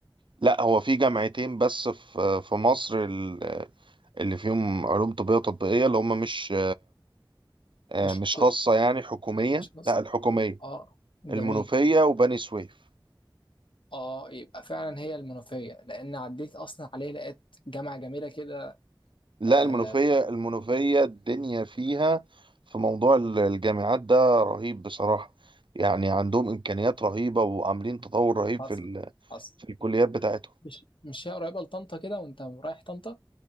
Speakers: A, on the right; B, on the left.
A: لا هو في جامعتين بس في في مصر ال- اللي فيهم علوم طبية تطبيقية اللي هم مش آه،
B: مش
A: مش
B: حكومة
A: خاصة يعني حكومية
B: مش بس
A: لا الحكومية
B: اه جميل
A: المنوفية وبني سويف
B: اه يبقى فعلا هي المنوفية لأن عديت أصلا عليه لقيت جامعة جميلة كده
A: لا
B: آه
A: المنوفية المنوفية الدنيا فيها في موضوع ال- الجامعات ده رهيب بصراحة يعني عندهم إمكانيات رهيبة وعاملين تطور رهيب
B: حصل
A: في ال-
B: حصل
A: في الكليات بتاعتهم
B: مش مش هي قريبة لطنطا كده وانت رايح طنطا